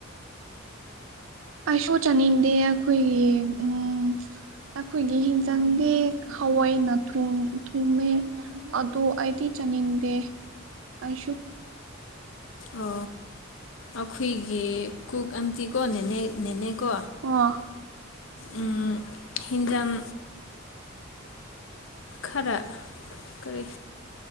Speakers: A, on the right; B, on the left.
A: ꯑꯩꯁꯨ ꯆꯥꯅꯤꯡꯗꯦ ꯑꯩꯈꯣꯏꯒꯤ ꯎ ꯑꯩꯈꯣꯏꯒꯤ ꯍꯤꯡꯖꯥꯡꯗꯤ ꯍꯋꯥꯏ ꯊꯣꯡꯉꯦ ꯑꯗꯣ ꯑꯩꯗꯤ ꯆꯅꯤꯡꯗꯦ ꯑꯩꯁꯨ
B: ꯑ ꯑꯩꯈꯣꯏꯒꯤ ꯀꯨꯛ ꯑꯟꯇꯤꯀꯣ ꯅꯦꯅꯦ ꯅꯦꯅꯦꯀꯣ
A: ꯑ ꯊ <unintelligible>
B: ꯎꯝ ꯍꯤꯟꯖꯥꯡ ꯈꯔ ꯀꯔꯤ